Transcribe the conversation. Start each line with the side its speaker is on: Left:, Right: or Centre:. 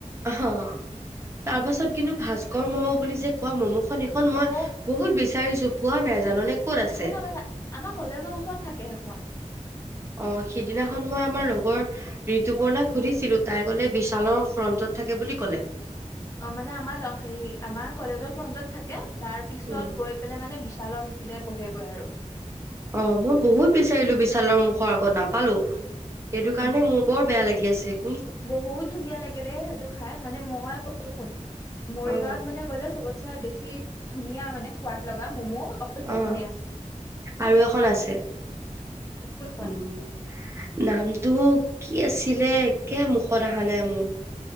Right: হ তাৰ পাছত কিন্তু ভাস্কৰ ম'ম' বুলি যে কোৱা ম'ম' সেইখন মই
Left: অ
Right: বহুত বিচাৰিছো পোৱা নাই জাননে ক'ত
Left: সেইখন
Right: আছে?
Left: আ আমাৰ কলেজৰ ওচৰত থাকে সেইখন
Right: অ সিদিনাখন মই আমাৰ লগৰ ঋতুপৰ্ণাক সুধিছিলো তাই গলে বিশালৰ ফ্ৰন্টত থাকে বুলি ক'লে
Left: অ মানে আমাৰ হে আমাৰ কলেজৰ ফ্ৰন্টত থাকে। তাৰ পিছত
Right: উম
Left: গৈ পেলাই মানে বিশালৰ বহেগৈ আৰু।
Right: অ মই বহুত বিচাৰিলো বিশালৰ মুখৰ আগত নাপ পালো সটো
Left: উম
Right: কাৰণে মোৰ বৰ বেয়া লাগে। <unintelligible>
Left: বহুত ধুনীয়া লাগে দেই সেইটো খাই মানে মই কৈছো শুন, মৰিগাঁৱত
Right: অ
Left: মানে গ'লে চবত চ বেছি ধুনীয়া মানে সোৱাদ লগা ম'ম। অকল সেইখনেই
Right: উম
Left: আছে
Right: আৰু এখন আছে।
Left: কোনখন
Right: উম। নামটো কি আছিলে? কে মুখত অহা নাই মোৰ।